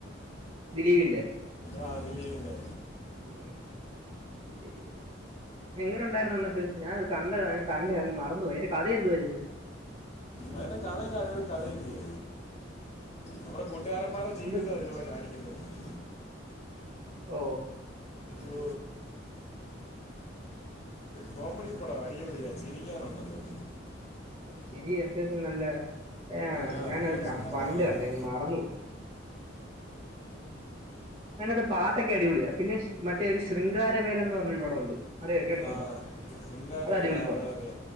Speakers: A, on the right; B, on the left.
A: ദിലീപിന്റെ
B: ആഹ് ദിലീപിന്റെ
A: ഉം <unintelligible> <unintelligible> എങ്ങനെ ഉണ്ടായിരുന്നു എന്നിട്ട് ഞാനത് കണ്ടതാ ഞാൻ കണ്ടങ്ങ് മറന്ന് പോയി അയ്ന്റെ കഥ എന്തുവായിരുന്നു
B: അതിന്റെ കഥയൊക്കെ നല്ല കഥ അല്ലയോ നമ്മുടെ കൂട്ടുകാരന്മാരുടെ ജീവിതാ
A: എന്ത്
B: അതിലൂടെ കാണി <unintelligible>
A: ഓ
B: ഓ കോമഡി പടവാ അടി പൊളിയ ചിരിക്കാനുണ്ടല്ലോ
A: ചിരി അത്യാവശ്യം നല്ല ഏ
B: ആ
A: ഞാനത്
B: അത്യാവശ്യം നല്ല
A: പണ്ട്
B: പടമാണ്
A: കണ്ടേ അങ്ങ് മറന്നു പോയി അതിനകത്തെ പാട്ടൊക്കെ അടിപൊളിയാ പിന്നെ മറ്റേ ഒരു ശൃംഗാരവേരം എന്ന് പറഞ്ഞൊ ഒരു പടമുണ്ട് അറിയാം കേട്ടിട്ടുണ്ടോ
B: ആഹ് ശൃഗാര
A: അത്
B: വേരൻ
A: അടിപൊളി
B: അറിയാ
A: പടം
B: അറിയാ